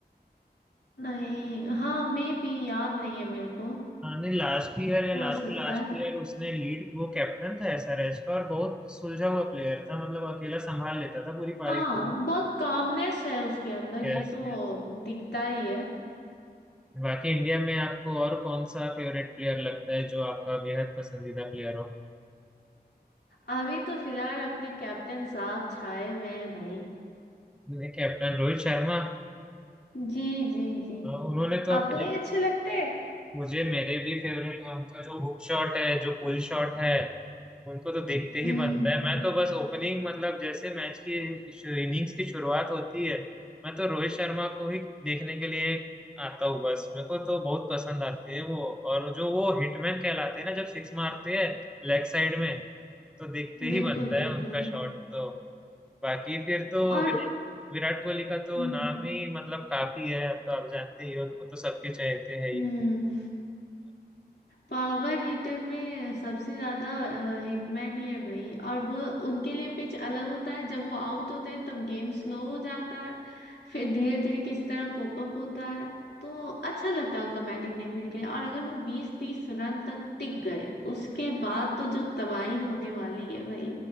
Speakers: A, on the left; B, in the centre.
A: नहीं हाँ मैं भी याद नहीं है मेरे को
B: हाँ नहीं लास्ट ईयर या
A: हो
B: लास्ट
A: सकता
B: टू लास्ट
A: है
B: ईयर उसने लीड वो कैप्टन था एसआरएच का और बहुत सुलझा हुआ प्लेयर था मतलब अकेला संभाल लेता था पूरी पारी
A: हाँ
B: को
A: बहुत कामनेस है उसके अंदर
B: Yes
A: ये तो
B: yes
A: दिखता ही है
B: बाकी इंडिया में आपको और कौन सा फेवरेट प्लेयर लगता है जो आपका बेहद पसंदीदा प्लेयर हो
A: अभी तो फिलहाल अपने कैप्टन साहब छाए हुए हैं भाई
B: मैंने कैप्टन रोहित शर्मा
A: जी जी जी
B: अ, उन्होंने तो
A: आपको
B: अब
A: नहीं अच्छे लगते
B: मुझे मेरे भी फेवरेट है उनका जो हुक शॉट है जो पुल शॉट है उनको तो देखते ही
A: हम्म
B: बनता है मैं तो बस ओपनिंग मतलब जैसे मैच की इनिंग्स की शुरुआत होती है मैं तो रोहित शर्मा को ही देखने के लिए आता हूँ बस मेरे को तो बहुत पसंद आते हैं वो और जो वो हिटमैन कहलाते हैं ना जब सिक्स मारते हैं लेग साइड में तो देखते
A: बिल्कुल
B: ही बनता
A: बिल्कुल
B: है उनका शॉट तो बाकी फिर तो
A: और
B: विराट विराट कोहली का तो
A: हम्म
B: नाम ही मतलब काफी है तो आप जानते ही हो उनको तो सबके चाहते हैं ही
A: हम्म। पावर हीटर में सबसे ज्यादा हिटमैन ही है भाई और वो उनके लिए पिच अलग होता है जब वो आउट होते हैं तब गेम स्लो हो जाता है फिर धीरे धीरे किसी तरह कोप अप होता है तो अच्छा लगता है उनका बैटिंग देखने के लिए और अगर वो बीस तीस रन तक टिक गए उसके बाद तो जो तबाही होने वाली है भाई